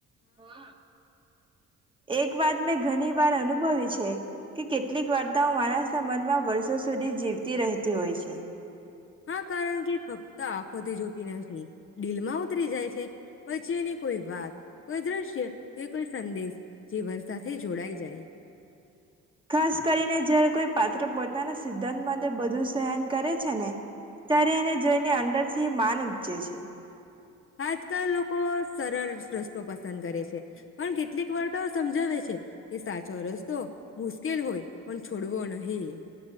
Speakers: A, on the right; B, on the left.
A: હા. એક વાત મેં ઘણી વાર અનુભવી છે. કે કેટલીક વાર્તાઓ માનસ મનમાં વર્ષો સુધી જીવતી રહેતી હોય છે.
B: હા કારણ કે ફક્ત આંખોથી જોતી નથી દડીલમાં ઉતરી જાય છે પછી એની કોઈ વાત કોઈ દ્રશ્ય કે કોઈ સંદેશ જીવન સાથે જોડાઈ જાય.
A: ખાસ કરીને જ કોઈ પાત્ર પોતાના સિદ્ધાંત માટે બધું સહન કરે છે ને ત્યારે એને જોઈને ને અંંદર થી માન ઉપજે છે.
B: આજકાલ લોકો સરળ રસ્તો પસંદ કરે છે. પણ કેટલીક વાર્તાઓ સમજાવે છે કે સાચો રસ્તો મુશ્કેલ હોય પણ છોડવો નહી.